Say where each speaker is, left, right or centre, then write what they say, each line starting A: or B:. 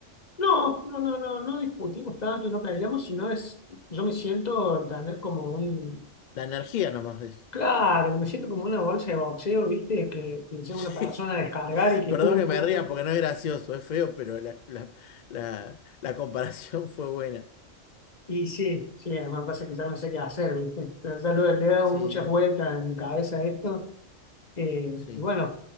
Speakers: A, on the left; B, on the left.
A: no, no, no, no, no discutimos tanto y no peleamos, sino es, yo me siento, entender, como un
B: La energía nomás es.
A: Claro, me siento como una bolsa de boxeo, ¿viste? Que, que soy
B: <laughs>
A: una persona a descargar y que
B: Perdón
A: pum,
B: que
A: pum,
B: me ría
A: pum.
B: porque no es gracioso, es feo, pero la, la- la- la comparación <laughs> fue buena.
A: Y sí, sí, además pasa que ya no sé qué hacer, ¿viste? <laughs> Pero Ya lo- le he dado
B: Sí,
A: muchas
B: no,
A: vueltas en mi cabeza a esto. eh,
B: sí,
A: y bueno,